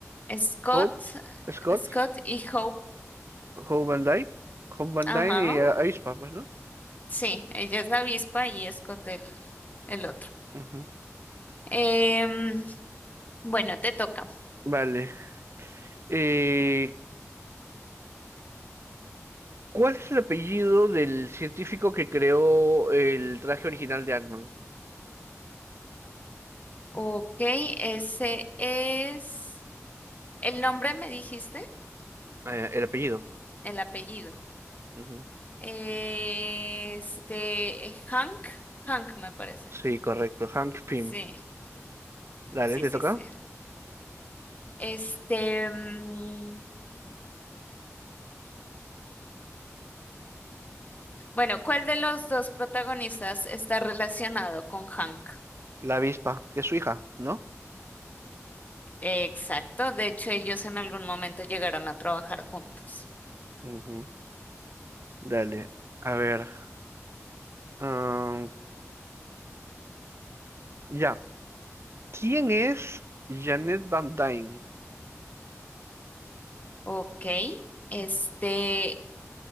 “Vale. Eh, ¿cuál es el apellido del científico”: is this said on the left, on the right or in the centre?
Right